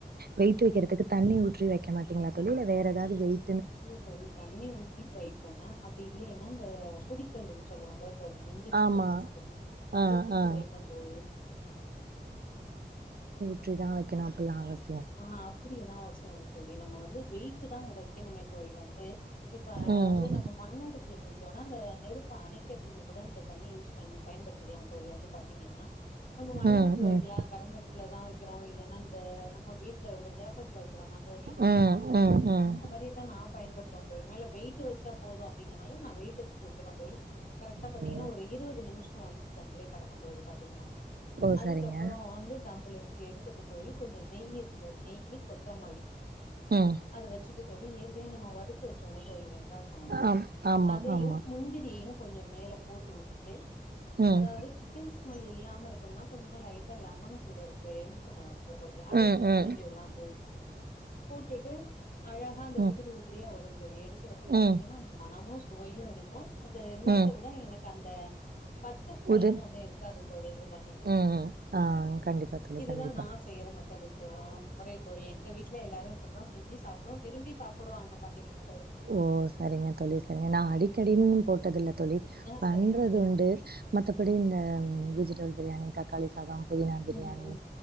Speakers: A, on the right; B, on the left.
A: வெய்ட்டு வெக்கிறதுக்கு தண்ணி ஊற்றி வெக்க மாட்டீங்களா தோழி இல்ல வேறெதாவது வெய்
B: இல்ல தோழி தண்ணி ஊத்தி வைப்ப அ டி இல்லேனா அந்த புடிக்கல்லுன்னு சொல்லுவாங்ள தோழி இஞ்சி பூண்டு
A: ஆமா
B: நசுக்கு
A: ஆ
B: அத தூக்கி
A: ஆ
B: வைப்ப தோழி
A: சுற்றி தான் வெக்கணும் அப்பில்லாம் அவசியம்
B: அ அப்டியா எல்லாம் அவசியம் இல்ல தோழி நம்ம வந்து வெயிட்டு தான் அங்க வைக்க கனுமை தோழி அது அ இப்ப
A: ம்
B: வந்து நம்ம மண்னடுப்புல செஞ்சோனா அந்த நெருப்பு அணைக்கரத்துக்கு கூட இந்த தண்ணி யூஸ் பண்ணி பயன்படுத்திக்கலாம் தோழி வந்து பாத்தீங்கனா நம்ம மண்
A: ம்
B: அடுப்புல
A: ம்
B: வெக்கலாம் கரன்ட் அடுப்புலதான் வெக்கிறோம் இல்லனா இந்த நம்ம வீ்ட்ல உள்ள கேஸ் அடுப்புல வைக்கிலானா தோழி
A: ம் ம் ம்
B: இந்த மாரிதா நான் பயன்படுத்துவன் தோழி மேல வெயிட்டு வச்சா போதும் அப்டிங்கறனால நான் வெயிட் <unintelligible> தோழி கரெக்டா பாத்தீங்கனா
A: ஓ
B: ஒரு இருவது நிமிஷம் வந்து தம்ளே கடக்கும் தோழி பாத்தீங்கனா
A: ஓ
B: அதுக்கப்பறம்
A: சரிங்க
B: வந்து தம்ளேந்து எடுத்துட்டு தோழி கொஞ்சோம் நெய் இரு நெய்யி கொத்தமல்லி
A: ம்
B: அத வெச்சுட்டு தோழி ஏற்க <unintelligible> நம்ம வறுத்து வச்சோல்ல தோழி
A: ஆம் ஆமா
B: அதையும்
A: ஆமா
B: முந்திரியும் கொஞ்சம் மேல போட்டு உட்டுட்டு
A: ம்
B: அதாவ்து சிக்கன் ஸ் ம்மல் இல்லாம இருக்குன்னா கொஞ்சமா லைட்டா லெமன் கூட இருக்குல்ல எலுமிச்ச பழோ <unintelligible> அத
A: ம்
B: குட
A: ம்
B: புழிஞ்ஜி உல்லாந் தோழி கூட்டிட்டு அழகா அந்த
A: ம்
B: உதிரி உதிரியா வரு தோழி எடு கிறப்ப பாத்தீங்கன்னா
A: ம்
B: மணமோ சு சுவையு இருக்கு இது எல்லாத்த
A: ம்
B: விட எனக்கு அந்த பச்ச ஸ்மல்லுன்னு
A: உது
B: ஒண்ணு இருக்காது தோழி இத பாத்தீங்கனா
A: ம் ஆ கண்டிப்பா தோழி
B: இதுதா
A: கண்டிப்பா.
B: நா செய்யற மெ த்தடு தாமரை தோழி எங்க வீட்ல எல்லாரு ப தா செஞ்சி சாப்டுவோ விரும்பி சாப்புடுவாங்க பாத்தீங்கனா
A: ஓ சரிங்க தொழி சரிங்க நா அடிக்கடினுன் போட்டதில்ல தொழி
B: ஆ
A: பண்றது
B: சரிங்க தோழி
A: உண்டு மத்த ப்படி இந்த வெஜிடபுள் பிரியாணி தக்காளி சாதம் புதினா பிரியாணி
B: ம் ம்